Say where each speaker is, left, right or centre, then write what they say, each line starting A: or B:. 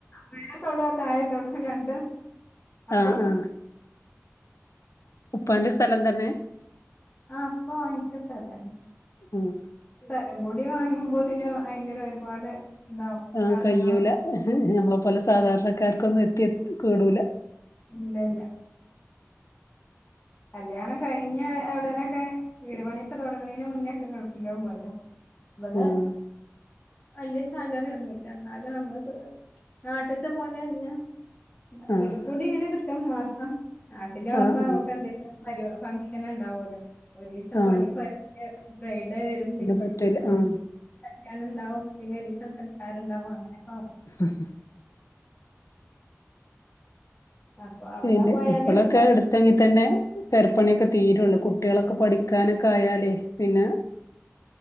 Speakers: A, on the left; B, on the left.
A: മേലെ തൊടോ താഴെ തൊടോ രണ്ടും അപ്പുറത്ത്
B: ആഹ് ആഹ് ഉപ്പാന്റെ സ്ഥലം തന്നെ?
A: ആഹ് ഇപ്പ വാങ്ങിച്ച സ്ഥലാണ്.
B: ഉം
A: സ്ഥലം കൂടി വാങ്ങുമ്പോത്തിന് ഭയങ്കര ഒരുപാട് ഇതാവും
B: ആഹ്
A: കടങ്ങളൊക്കെ
B: കയ്യൂല ഞമ്മളെ പോലെ സാധാരണക്കാർക്കൊന്നും എത്തിയ കൂടൂല.
A: ഇല്ല ഇല്ല കല്യാണം കഴിഞ്ഞ ഒടനൊക്കെ വീട് പണിയൊക്കെ തൊടങ്ങണേന് മുന്നക്കെ ഗൾഫിലൊക്കെ പോയത. ഇബടെ
B: ആഹ്
A: വല്ല്യ സാലറിയൊന്നും ഇല്ല ഇന്നാലും നമ്മള് നാട്ടത്തെ പോലെയല്ല ഇബടെ
B: ആഹ്
A: ഒരു കൂടി ഇങ്ങനെ കിട്ടും മാസം, നാട്ടിലാവുമ്പോ
B: ആഹ് ആഹ്
A: നമുക്ക് എന്തേ ലും പരി ഫംഗ്ഷന്ണ്ടാവോല്ലോ? ഒരീസം
B: ആഹ്
A: പണിക്കോയ പിന്നെ ഫ്രൈഡേ വരും പിന്നെ
B: പറ്റൂല ആഹ്
A: കല്യാണംണ്ടാവും പിന്നെ ഒരീസം സൽക്കാരുണ്ടാവും അങ്ങനെക്കാവുമ്പം
B: ഹും ഹും
A: അപ്പൊ അവിടെ
B: പിന്നെ
A: പോയാല്
B: ഇപ്പളൊക്കെ എടു ത്തെങ്കി തന്നെ പെരപ്പണിയൊക്കെ തീരൊള്ളൂ
A: എന്ത്
B: കുട്ടികളൊക്കെ പഠിക്കാനൊക്കെ ആയാലേ പിന്നെ